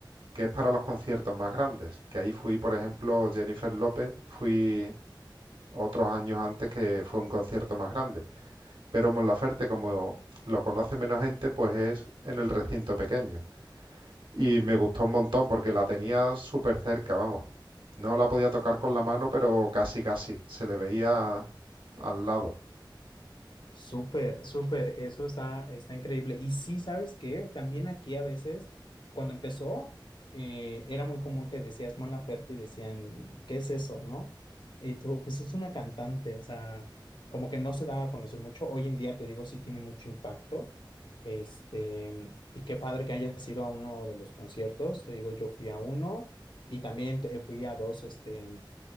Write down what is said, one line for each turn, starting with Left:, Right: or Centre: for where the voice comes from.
Right: que es para los conciertos más grandes, que ahí fui, por ejemplo, Jennifer López, fui otros años antes que fue un concierto más grande, pero Monlaferte, como lo conoce menos gente, pues es en el recinto pequeño. Y me gustó un montón porque la tenía súper cerca, vamos. No la podía tocar con la mano, pero casi, casi. Se le veía al lado.
Left: Súper, súper, eso está, está increíble. Y sí, ¿sabes qué? También aquí a veces, cuando empezó, eh, era muy común que decías Mon Laferte y decían, ¿qué es eso, no? Y tú, pues es una cantante, o sea, como que no se daba a conocer mucho. Hoy en día, te digo, sí tiene mucho impacto. Este, y qué padre que hayas ido a uno de los conciertos. Te digo, yo fui a uno y también eh, fui a dos, este,